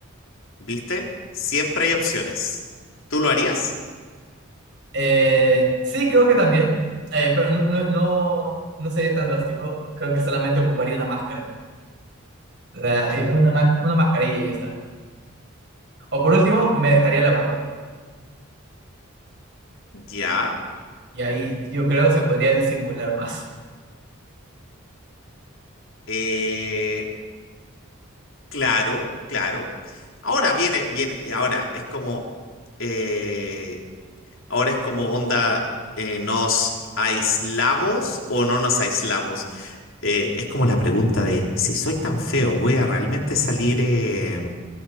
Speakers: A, on the left; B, on the right.
A: ¿Viste? Siempre hay opciones. ¿Tú lo harías?
B: Eh, sí, creo que también, eh, pero no, no, no, no sería tan drástico. Creo que solamente ocuparía una máscara, O sea, eh, una, ma- una mascarilla y ya está. O por último, me dejaría la barba.
A: Ya.
B: Y ahí yo creo se podría disimular más.
A: Eh, claro, claro. Ahora viene, viene, ahora es como, eh, Ahora es como onda, eh, ¿nos aislamos o no nos aislamos? Eh, es como la pregunta de, si soy tan feo, ¿voy a realmente salir, eh,